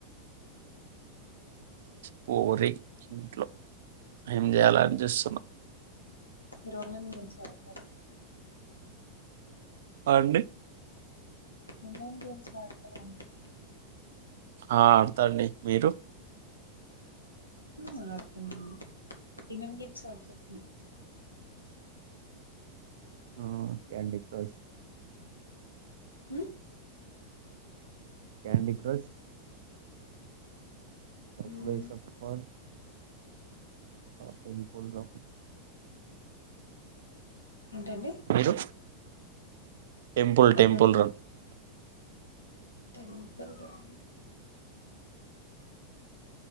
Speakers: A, on the right; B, on the left.
A: పూరి ఇంట్లో ఏం చేయలని చూస్తున్న
B: మీరు ఆన్లైన్ గేమ్స్గుఆతారా
A: అండి
B: ఆన్లైన్ గేమ్స్ ఆడతారా అండి
A: ఆ ఆడతండి మీరు
B: హు ఆడుతానండి ఎం ఎం గేమ్స్ ఆడుతరండీ
A: ఆ క్యాండి క్రష్
B: హు
A: క్యాండి క్రష్ స
B: హ్మ్.
A: వేస ప ఆ టెంపుల్ రన్
B: ఏంటండి
A: మీరు టెంపుల్
B: అర్థం
A: టెంపుల్
B: కాలే.
A: రన్
B: టెంపుల్ రన్